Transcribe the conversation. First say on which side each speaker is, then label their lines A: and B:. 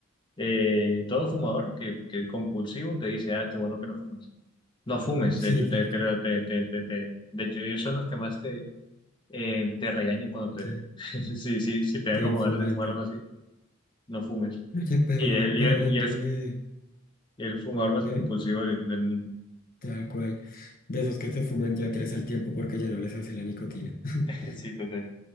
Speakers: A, on the left (about 25°); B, on the left (about 45°).
A: Eh, todo fumador que, que es compulsivo te dice, ah, qué bueno que no fumes. No fumes,
B: Sí,
A: de hecho,
B: tal
A: te, te,
B: cual.
A: te, te, te- te- de hecho, ellos son los que más te, eh, te regañan cuando
B: Sí,
A: te, <laughs> si, si, si te dan
B: te
A: como
B: fumando.
A: ganas de fumar algo así, no fumes.
B: Oye, pero,
A: Y él, y
B: pero
A: él,
B: hablando
A: y él-
B: de,
A: y el fumador más
B: de
A: compulsivo del, del mundo.
B: tal cual, de esos que se fuman ya tres al tiempo porque ya no les hace la nicotina. <laughs>
A: <laughs> Sí, total.